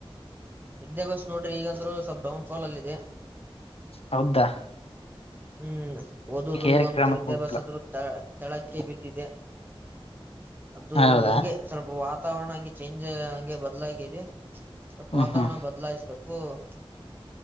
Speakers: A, on the right; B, on the left.
A: ವಿದ್ಯಾಭ್ಯಾಸ್ ನೋಡ್ರಿ ಈಗ ಅಂತ್ರು ಸ್ವಲ್ಪ್ ಡೌನ್ ಫಾಲ್ ಅಲ್ಲಿದೆ.
B: ಹೌದ್ದಾ.
A: ಹ್ಮ್ ಓದುದು
B: ಏರ್
A: ಅಂತ
B: ಕ್ರಮಕ್ಕೆ
A: ವಿದ್ಯಾಭ್ಯಾಸ
B: ಹೋಗ್ತಿಲ್ಲ
A: ಅಂತ್ರು ತಾ. ತೆಳಕ್ಕೆ ಬಿದ್ದಿದೆ ಅದು
B: ಹೌದಾ
A: ಹಂಗೆ. ಸ್ವಲ್ಪ ವಾತಾವರಣ ಹಂಗೆ ಚೇಂಜ್ ಹಂಗೆ ಬದ್ಲಾಗಿದೆ ಸ್ವಲ್ಪ
B: ಹ್ಮ್
A: ವಾತಾವರಣ
B: ಹ್ಮ್
A: ಬದ್ಲಾಯಿಸ್ಬೇಕು. ಓ